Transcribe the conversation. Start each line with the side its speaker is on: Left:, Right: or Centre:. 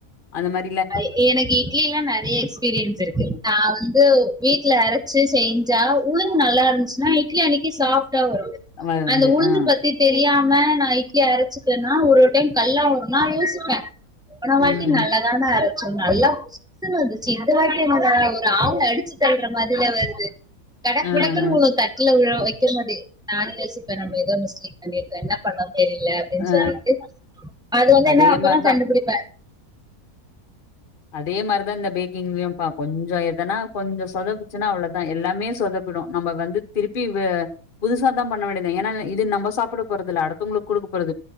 Left: அந்த மாதிரி
Centre: <unintelligible> இட்லில்லா நறைய எக்ஸ்பீரியன்ஸ் இருக்கு நா வந்து வீட்ல அரச்சு செஞ்சா உளுந்து நல்லா இருந்துச்சு ஆ இட்லி அன்னைக்கு சாஃப்ட்டா வரு
Left: வ
Centre: அந்த
Left: வந்து
Centre: உளுந்து
Left: அ.
Centre: பத்தி தெரியாம நா இட்லியே அரைச்சுட்டேன்னா ஒரு டைம் கல்லா வரு நா யோசிப்பே பேன வாட்டி
Left: ம்.
Centre: நல்லா தான அரச்சோ நல்லா புஸ்ன்னு வந்துச்சு இந்த வாட்டி ஒரு ஆள அடிச்சு தள்ற மாதிரில வருது கடக்
Left: அ,
Centre: முடக்ன்னு
Left: அ.
Centre: உ த வீல வைக்கிற மாட்டே நானே யோசிப்பே நம்ம ஏதோ மிஸ்டேக் பண்ணிருக்கே என்ன பண்ணோ தெரியல ன்
Left: அ.
Centre: சொல்ட்டு அது வந்து
Left: அதே
Centre: என்ன அப்புறோ
Left: மாரி தான்.
Centre: கண்டுபிடிப்பே
Left: அதே மாரிதா இந்த பேக்கிங்லயும்ப்பா கொஞ்சொ எதனா கொஞ்சொ சொதப்புச்சுன்னா அவ்ளதா எல்லாமே சொத ப்பிடு நம்ம வந்து திருப்பி வ புதுசாதா பண்ண வேண்டியதுதா ஏன்னா இது இது நம்ம சாப்பட போறதில்ல அடுத்தவங்களுக்கு குடுக்க போறது